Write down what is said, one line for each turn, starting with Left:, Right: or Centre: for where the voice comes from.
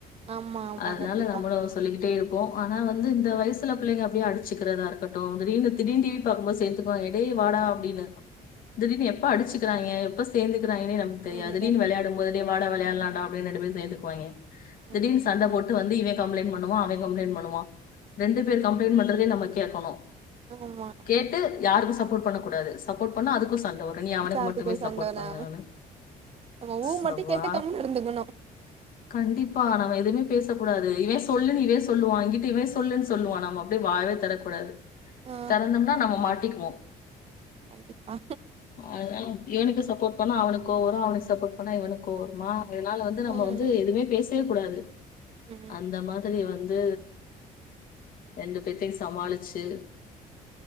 Right: ஆமா ஆமா
Left: அதனால
Right: கண்டிப்பா
Left: நம்மளு சொல்லிக்கிட்டே இருப்போ ஆனா வந்து இந்த வயசுல பிள்ளைங்க அப்படியே அடிச்சிக்கிறதா இருக்கட்டு திடிர்னு திடீர் டிவி பாக்கும்போது சேத்துக்குவாய்ங்க டே வாடா அப்படின்னு திடீர்னு எப்ப அடிச்சுக்கிறாய்ங்க எப்ப சேந்து கிறாய்ங்கனே நமக்கு தெரியாது
Right: ம்
Left: திடிர்னு
Right: கண்டிப்பா
Left: விளையாடும்போது டே வாடா விளையாடலா டா அப்டின்னு ரெண்டு பேரு சேந்துக்குவாய்ங்க
Right: ம்
Left: திடீர்னு சண்ட போட்டு வந்து இவ கம்ப்ளைண்ட் பண்ணுவா அவ கம்ப்ளைண்ட் பண்ணுவா ரெண்டு பேர் கம்ப்ளைண்ட் பண்றதே நமக் கேக்கொணு
Right: ஆமா
Left: கேட்டு யாருக்கு சப்போர்ட் பண்ணக் கூடாது சப்போர்ட் பண்ணா அதுக்கு சண் ட உடனே நீ அவனுக்கு
Right: சாந்துக்கோ
Left: மட்டுமே
Right: சாந்தோனா
Left: சப்போர்ட் பண்ணு அவ
Right: நம்ம ஊ
Left: ஸ்எப்பா
Right: மட்டு கேட்டு கம்முனு இருந்துக்கணு
Left: கண்டிப்பா நாங்க எதுவுமே பேசக்கூடாது இவ சொல்லு நீ வே சொல்லுவா எங்கிட் அப்பியுமே சொல்லுன் சொல்லுவா நம்ம அப்படியே வாயவே திறக்கக்கூடாது
Right: ஆ
Left: தெறந்தோம்னா நாம்ம மாட்டிக்குவோ
Right: கண்டிப்பா
Left: அதனால இவனுக்கு சப் சப்போர்ட் பண்ணா அவனுக்கு கோவரு அவனுக்கு சப்போர்ட் பண்ணா இவனுக்கு கோவருமா அதனால வந்து நம்ம
Right: ம்
Left: வந்து எதுவுமே பேசவே கூடாது
Right: ம்
Left: அந்த மாதிரி வந் து ரெண்டு பேத்தையு சமாளிச்சு